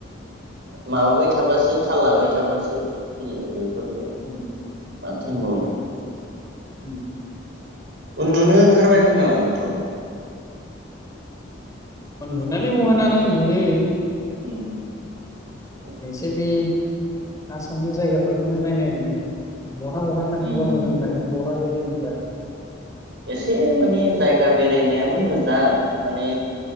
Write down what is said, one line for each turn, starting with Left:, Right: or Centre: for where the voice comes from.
Right: माबाबाय थाबासो थाल लाबाय थाबासो फैयो बेफोर
Left: उम
Right: माथो होनबावनो।
Left: उम
Right: उन्दुनो ओंखारबायमोन नामा नोंथ'?
Left: उन्दुनालाय महाना ना उन्दुनो
Right: उम उम
Left: एसे बे आसामनि जायगाफोरखौनो नायनायदों। बहा बहा थाङोबा
Right: उम-उम-उम
Left: मोजां जागोन बहा बेरायोबा
Right: एसे माने जायगा बेरायनायाबो मोजां माने